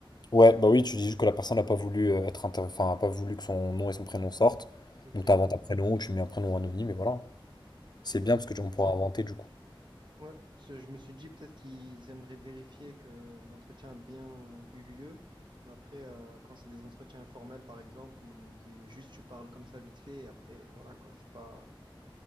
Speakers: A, on the left; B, on the right.
A: Ouais, bah oui, tu dis juste que la personne n'a pas voulu euh, être inter- enfin, a pas voulu que son nom et son prénom sortent.
B: Ok.
A: Donc t'inventes un prénom ou tu mets un prénom anonyme et voilà. C'est bien parce que tu- on pourra inventer du coup.
B: Ouais, parce que je me suis dit peut-être qu'ils aimeraient vérifier que l'entretien a bien eu lieu. Mais après, euh, quand c'est des entretiens informels, par exemple, où t'es juste tu parles comme ça vite fait, et après, voilà quoi, c'est pas,